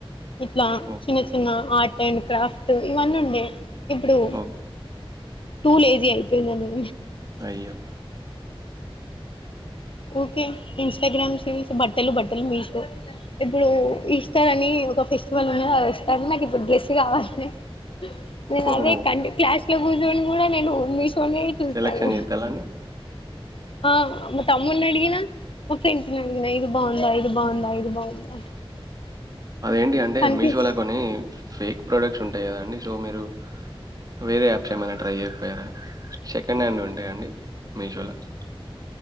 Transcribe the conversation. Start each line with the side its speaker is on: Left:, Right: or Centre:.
Left: ఇట్లా
Right: ఓహ్!
Left: చిన్న చిన్న ఆర్ట్ అండ్ క్రాఫ్ట్ ఇవన్న ఉండ ఇప్పుడు
Right: ఓకే.
Left: టూ లేజీ అయిపోయింద నే
Right: అయ్యో
Left: ఓకే ఇన్స్టాగ్రామ్ సీల్స్ బట్టలు బట్టలు మీస్ ఇప్పుడు ఈస్టర్ అని ఒక ఫెస్టివల్ ఉన్నదిదిస్తారు నాకు ఇప్పుడు డ్రెస్సు కావాలని నే నవే
Right: ఓహో!
Left: కంటి క్లాష్ ఇట్ల కూచొని కూడా నేను మిష్ తోనే చూస్తాడు
Right: సెలక్షన్ జేత్తాల్లా అండి?
Left: ఆ మా తమ్ముని అడిగిన మా ఫ్రెండ్ ని స్ అడిగినా ఇది బాగుందా ఇది బాగుందా ఇది బాగుందా
Right: అదేంటి అంటే
Left: కనిపిస్
Right: మీషో కొని ఫేక్ ప్రొడక్ట్స్ ఉంటాయి కదండి తో మీరు వేరే అప్స్ ఏమన ట్రై చేయకపోయారా సెక్ సెకండ్ హ్యాండ్ ఉంటాయండి మీషోలో <unintelligible>